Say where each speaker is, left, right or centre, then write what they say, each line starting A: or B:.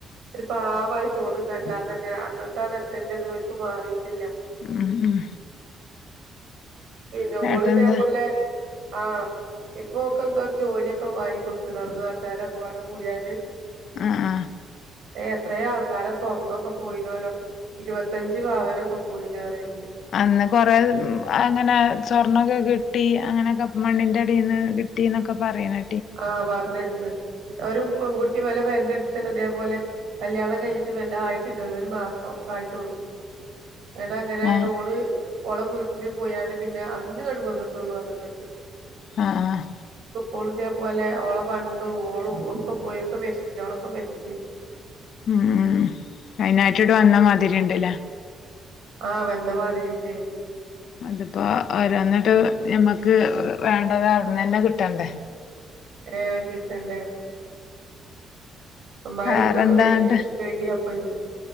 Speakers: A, on the right; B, on the left.
A: ഒരു പാവായി തോന്നും കണ്ടാതന്നെ അന്നത്തെ ആ ന്നെട്ടൽന്റത് ഓൽക്ക് മാറീട്ടില്ല
B: ഉം ഉം
A: പിന്നെ ഓള്
B: ഏട്ടന്താ
A: ഇതേപോലെ ആഹ് ഇപ്പോ ഓക്കെന്തോ ഒര് ജോലിയൊക്കെ വാങ്ങി കൊടുത്ത്ണ് അവ്ടത്തെ നാട്ടാരൊക്കെപ്പാട കൂടിയാണ്ട്
B: ആഹ് ആഹ്
A: എത്രയോ ആൾക്കാരെ സ്വർണ്ണൊക്കെ പോയിനല്ലോ ഇരുപത്തഞ്ച് പവനൊക്കെ പോയീന് പറിണ്ട്
B: അന്ന് കൊറെ അങ്ങനെ സ്വർണൊക്കെ കിട്ടി അങ്ങനെക്കെ മണ്ണിന്റെ അടീന്ന് ട്ടിന്നൊക്കെ പറിണ്
A: ആഹ് പർഞ്ഞേട്ട്ണ് ഒരു പെൺകുട്ടി ഇവെലെ പെരെൻ്റെട്ത്തന്നെ ഇതേ പോലെ കല്യാണം കഴിഞ്ഞിട്ട് വെല്ലാ ആയിട്ടില്ലേല്ലോ ഒരു മാസം ഒക്കെ ആയിട്ടൊള്ളൂ ന്നട്ട് എങ്ങനെണ്ട്
B: ആഹ്
A: ഓള് ഓളെ വീട്ടില് പോയാണ്ട് പിന്നെ അന്ന്ങ്ങട്ട് വന്നിട്ടൊള്ളൂ പർഞ് ഇങ്ങട്ട്
B: ആഹ് ആഹ്
A: <unintelligible> പോലെ ഓളെ പണ്ടും ഓളും ഒക്കെ പോയി ഒക്കെ മെരിച്ച്ലേ ഓളൊക്കെ മെരിച്ച്
B: ഉം ഉം അയിനായിട്ട്ണ്ട് വന്ന മാതിരിണ്ട്ലെ
A: ആഹ് വെന്ന മാതിരിണ്ടെ
B: അതിപ്പോ ഓരോന്ന്ട് ഞമ്മക്ക് വേണ്ടത് അവിട്ന്നന്നെ കിട്ടണ്ടേ
A: ഏഹ് കിട്ടണ്ടേ മഴിം
B: വേറെന്താണ്ട്
A: ഇതൊക്കെ വെര്ന് പേടിയാപ്പഞ്ഞ്